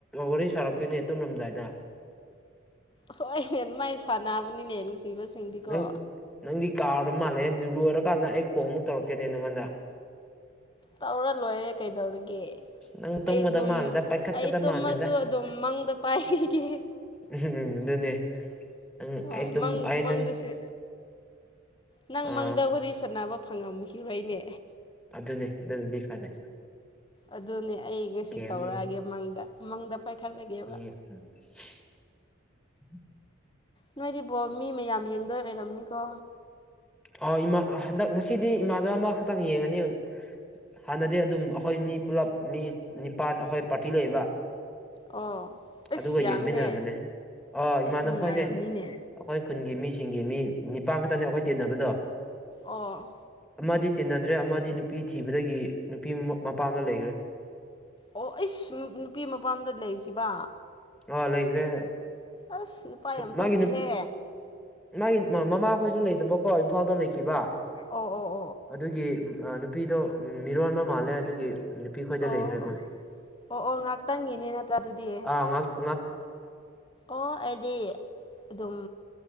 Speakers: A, in the centre; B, on the left.
A: ꯋꯥꯔꯤ ꯁꯥꯔꯛꯇꯣꯏꯅꯦ ꯇꯨꯝꯔꯝꯗꯥꯏꯗ
B: ꯍꯣꯏꯅꯦ ꯃꯥꯏ ꯁꯥꯟꯅꯕꯅꯤꯅꯦ ꯅꯨꯡꯁꯤꯕꯁꯤꯡꯗꯤꯀꯣ
A: ꯅꯪ ꯅꯪꯗꯤ ꯀꯥꯎꯔ ꯃꯥꯜꯂꯦ ꯂꯣꯏꯔꯀꯥꯟꯗ ꯑꯩ ꯀꯣꯜꯃꯨꯛ ꯇꯧꯔꯛꯀꯦꯅꯦ ꯅꯪꯉꯣꯟꯗ
B: ꯇꯧꯔ ꯂꯣꯏꯔꯦ ꯀꯩꯗꯧꯔꯤ ꯒꯦ
A: ꯅꯪ ꯇꯨꯝꯒꯗ
B: ꯑꯩ ꯑꯗꯨꯝ
A: ꯃꯥꯜꯂꯦꯗ ꯄꯥꯏꯈꯠꯀꯗ
B: ꯑꯩ ꯇꯨꯝꯃꯁꯨ
A: ꯃꯥꯜꯂꯦꯗ
B: ꯑꯗꯨꯝ ꯃꯪꯗ ꯄꯥꯏꯕꯤꯒꯦ
A: ꯎꯝ ꯑꯗꯨꯅꯦ ꯅꯪ
B: ꯍꯣꯏ
A: ꯑꯩ ꯇ
B: ꯃꯪ
A: ꯑꯩ
B: ꯃꯪꯗꯁꯨ
A: ꯅꯪ
B: ꯅꯪ
A: ꯑꯥ
B: ꯃꯪꯗ ꯋꯥꯔꯤ ꯁꯥꯟꯅꯕ ꯐꯪꯉꯝꯈꯤꯔꯣꯏꯅꯦ
A: ꯑꯗꯨꯅꯦ ꯑꯗꯨ ꯗꯨꯒꯤ ꯐꯅꯦ
B: ꯑꯗꯨꯅꯦ ꯑꯩ ꯉꯁꯤ
A: ꯀꯦꯂꯒ
B: ꯇꯧꯔꯛꯑꯒꯦ ꯃꯪꯗ ꯃꯪꯗ ꯄꯥꯏꯈꯠꯂꯒꯦꯕ
A: <unintelligible> <unintelligible>
B: ꯅꯣꯏꯗꯤꯕꯣꯜ ꯃꯤ ꯃꯌꯥꯝ ꯌꯦꯡꯗꯣꯏ ꯑꯣꯏꯔꯝꯅꯤꯀꯣ
A: ꯑꯣ ꯏꯃꯥ ꯍꯟꯗꯛ ꯉꯁꯤꯗꯤ ꯏꯃꯥꯗ ꯑꯃꯈꯛꯇꯪ ꯌꯦꯡꯉꯅꯤ ꯍꯥꯟꯅꯗꯤ ꯑꯗꯨꯝ ꯑꯩꯈꯣꯏ ꯃꯤ ꯄꯨꯂꯞ ꯃꯤ ꯅꯤꯄꯥꯟ ꯑꯩꯈꯣꯏ ꯄꯥꯔꯇꯤ ꯂꯩꯕ
B: ꯑꯣ ꯑꯁ
A: ꯑꯗꯨꯒ ꯌꯦꯡꯃꯤꯟꯅꯔꯝꯃꯅꯦ
B: ꯌꯥꯝꯍꯦ
A: ꯑ ꯏꯃꯥꯟꯅꯕ
B: ꯏꯁ ꯅꯨꯡꯉꯥꯏꯔꯝꯅꯤꯅꯦ
A: ꯈꯣꯏꯅꯦ ꯑꯩꯈꯣꯏ ꯈꯨꯟꯒꯤ ꯃꯤꯁꯤꯡꯒꯤ ꯃꯤ ꯅꯤꯄꯥꯟ ꯈꯛꯇꯅꯤ ꯑꯩꯈꯣꯏ ꯇꯤꯟꯅꯕꯗꯣ
B: ꯑꯣ
A: ꯑꯃꯗꯤ ꯇꯤꯟꯅꯗ꯭ꯔꯦ ꯑꯃꯗꯤ ꯅꯨꯄꯤ ꯊꯤꯕꯗꯒꯤ ꯅꯨꯄꯤ ꯃꯄꯥꯝꯗ ꯂꯩꯈ꯭ꯔꯦ
B: ꯑꯣ ꯏꯁ ꯅꯨꯄꯤ ꯃꯄꯥꯝꯗ ꯂꯩꯈꯤꯕ
A: ꯑ ꯂꯩꯈ꯭ꯔꯦ
B: ꯑꯁ ꯅꯨꯄꯥ ꯌꯥꯝ
A: ꯃꯥꯒꯤ
B: ꯊꯣꯛꯇꯤꯍꯦ
A: ꯃꯥꯒꯤ ꯃꯃꯥꯈꯣꯏꯁꯨ ꯂꯩꯇꯕꯀꯣ ꯏꯝꯐꯥꯜꯗ ꯂꯩꯈꯤꯕ
B: ꯑꯣ ꯑꯣ ꯑꯣ ꯑꯣ ꯑꯣ
A: ꯑꯗꯨꯒꯤ ꯅꯨꯄꯤꯗꯣ ꯃꯤꯔꯣꯟꯕ ꯃꯥꯜꯂꯦ ꯑꯗꯨꯒꯤ ꯅꯨꯄꯤꯈꯣꯏꯗ
B: ꯑꯣ ꯑꯣ
A: ꯂꯩꯈ꯭ꯔꯦ
B: ꯑꯣ
A: ꯃꯣꯏ
B: ꯑꯣ ꯉꯥꯏꯍꯥꯛꯇꯪꯒꯤꯅꯦ ꯅꯠꯇ꯭ꯔꯥ ꯑꯗꯨꯗꯤ
A: ꯑꯥ ꯉꯥꯡ
B: ꯑꯣ ꯑꯗꯨꯗꯤ ꯑꯗꯨꯝ